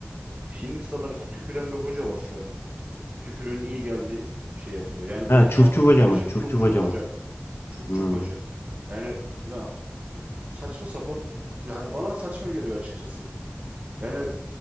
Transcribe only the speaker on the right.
Hindistan'da mesela tüküren bir hoca var şu an. tükürüğün iyi geldiği şey yapılıyor. Yani
bu
mantıklı
bir şey.
Çuf çuf
hoca. Çuf
çuf hoca. Yani ya, saçma sapan yani bana saçma geliyor açıkçası. Yani